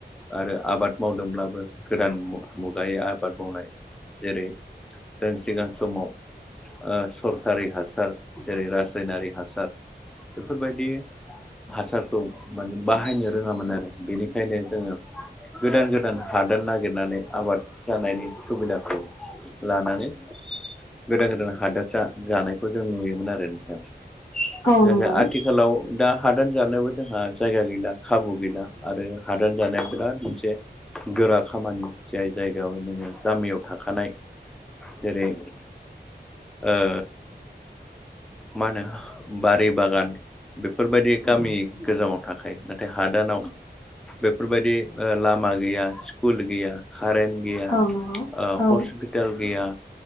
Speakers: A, in the centre; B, on the left.
A: आरो आबाद मावदोंब्लाबो गोदान मुगायै आबाद मावनाय जेरै जों सिगां समाव ओ सरखारि हासार जेरै रासायनारि हासार बेफोरबायदि हासारखौ माने बाहायनो रोङामोन आरो बेनिखायनो जोङो गोदान गोदान हादान नागिरनानै आबाद जानायनि सुबिदाखौ लानानै गोदान गोदान हादोरसा जानायखौ जों नुयो‌ मोन आरो नोंथां
B: औ
A: नैबे
B: नंगौ
A: आथिखालाव दा हादान जानोबो जोंहा जायगा गैला खाबु गैला आरो हादान जानाया बिराद मोनसे गोरा खामानि जाय जायगायाव नोङो गामियाव थाखानाय जेरै ओ मा होनो बारि बागान बेफोरबायदि गामि गोजामाव थाखायो नाथाय हादानाव बेफोरबायदि ओ लामा गैया स्कुल गैया कारेन गैया
B: औ नंगौ
A: ओ
B: औ
A: हसफि ताल गैया